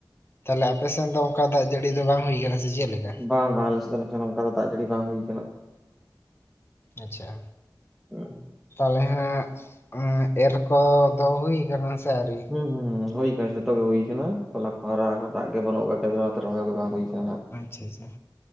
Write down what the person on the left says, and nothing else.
ᱛᱟᱦᱚᱞᱮ ᱟᱯᱮᱥᱮᱱ ᱫᱚ ᱚᱝᱠᱟ ᱫᱟᱜ ᱡᱟᱹᱲᱤ ᱫᱚ ᱵᱟᱝ ᱦᱩᱭ ᱟᱠᱟᱱᱟ ᱥᱮ ᱪᱮᱫ ᱞᱮᱠᱟ᱾
ᱟᱪᱪᱷᱟ᱾
ᱛᱟᱦᱞᱮ ᱦᱟᱜ ᱮᱨ ᱠᱚᱫᱚ ᱦᱩᱭ ᱟᱠᱟᱱᱟ ᱥᱮ ᱟᱹᱣᱨᱤ?
ᱟᱪᱪᱷᱟ ᱟᱪᱪᱷᱟ